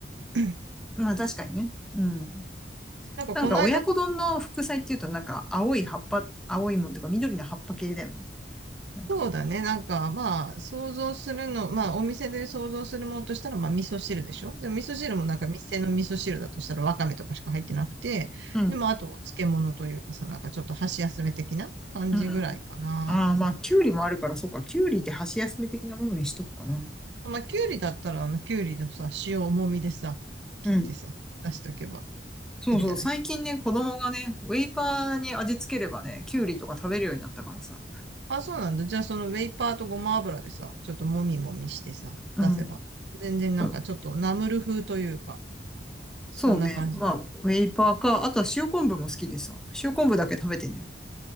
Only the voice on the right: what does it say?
<clears throat>
なんかこの間
そうだね。なんか、まあ、想像するの、まあ、お店で想像するものとしたら、まあ、味噌汁でしょでも、味噌汁もなんか、店の味噌汁だとしたら、わかめとかしか入ってなくて、
でも、あと、お漬物というかさ、なんか、ちょっと箸休め的な感じぐらいかなと思って。
まあ、きゅうりだったら、あの、きゅうりのさ、塩もみでさ、切ってさ、
出しとけば
いいんじゃない
あ、そうなんだ。じゃあ、その、ウェイパーとごま油でさ、ちょっともみもみしてさ、
出せば。全然なんか、
ちょっとナムル風というか、そんな感じ。